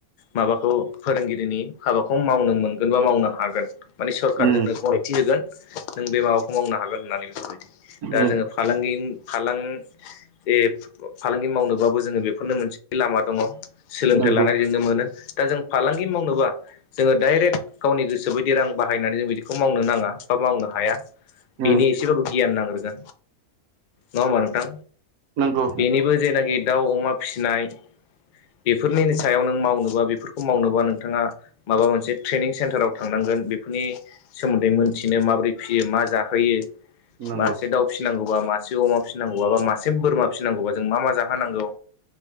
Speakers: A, on the left; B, on the right.
A: माबाखौ फोरोंगिरिनि हाबाखौ मावनो मोनगोन बा मावनो हागोन माने सरकारजोंनो
B: उम
A: गनायथि होगोन । नों बे माबाखौ मावनो हागोन होननानै बेफोरबायदि दा
B: उम
A: जोङो फालांगि फालां <unintelligible> फालांगि मावनोबाबो जोङो बेफोरनो मोनसे लामा दङ। सोलोंथाइ
B: नंगौ
A: लानायजोंनो मोनो। दा जों फालांगि मावनोबा जोङो डाइरेक्ट गावनि गोसो बायदि रां बाहायनानै जों बिदिखौ मावनो नाङा बा मावनो हा हाया बेनि
B: उम
A: एसेबाबो गियान नांग्रोगोन नङा होमबा नोंथां।
B: नंगौ
A: बेनिबो जेनाकि दाव अमा फिनाय बेफोरनि सायाव नों मावनोबा बेफोरखौ मावनोबा नोंथाङा माबा मोनसे ट्रेनिं सेन्टाराव थांनां गोन बेफोरनि सोमोन्दै मोनथिनो माबोरै फियो मा जाहोयो
B: नंगौ
A: मासे दाउ फिनांगौबा मासे अमा फिसिनांगौबा बा मासे बोरमा फिनांगौबा जों मा मा जाहोनांगौ